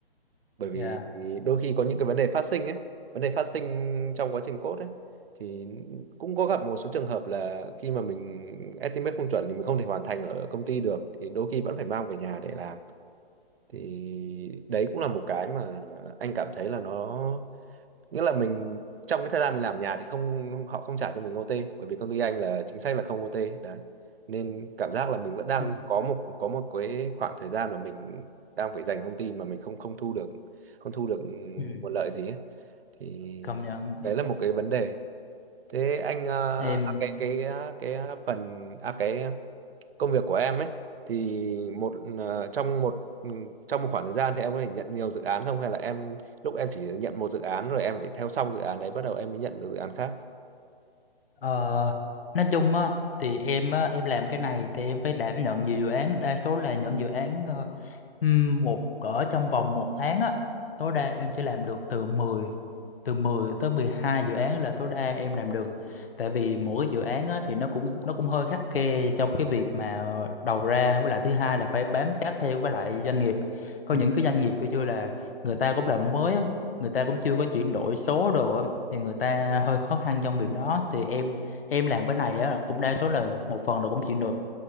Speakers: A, on the right (about 65°); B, on the left (about 65°).
A: bởi vì
B: dạ
A: đôi khi có những cái vấn đề phát sinh ấy vấn đề phát sinh trong quá trình code ấy thì cũng có gặp một số trường hợp là khi mà mình estimate không chuẩn thì mình không thể hoàn thành ở công ty được thì đôi khi vẫn phải mang về nhà để làm thì đấy cũng là một cái mà anh cảm thấy là nó nghĩa là mình trong cái thời gian mình làm nhà thì không họ không trả cho mình OT bởi vì công ty anh là chính sách là không OT đấy nên cảm giác là mình vẫn đang
B: ừ
A: có một có một cái khoảng thời gian mà mình đang phải dành công ty mà mình không không thu được không thu được
B: ừ
A: nguồn lợi gì ấy. thì
B: công nhận
A: đấy là một cái vấn đề thế anh ờ,
B: em
A: à, cái cái à, cái à, phần à cái công việc của em ấy thì một ờ, trong một ừ, trong một khoảng thời gian thì em có thể nhận nhiều dự án không hay là em lúc em chỉ nhận một dự án rồi em phải theo xong dự án đấy bắt đầu em mới nhận được dự án khác
B: Ờ, nói chung á thì em á em làm cái này thì em phải đảm nhận nhiều dự án đa số là những dự án ờ, Ừm, một cỡ trong vòng một tháng á tối đa em sẽ làm được từ mười từ mười tới 12 dự án là tối đa em làm được tại vì mỗi cái dự án á, thì nó cũng nó cũng hơi khắt khe trong cái việc mà đầu ra với lại thứ hai là phải bám sát theo với lại doanh nghiệp có
A: ừ
B: những cái doanh nghiệp kiểu như là người ta cũng làm mới á, người ta cũng chưa có chuyển đổi số đồ á, thì người ta hơi khó khăn trong việc đó thì em em làm cái này á cũng đa số là một phần là cũng chuyển đổi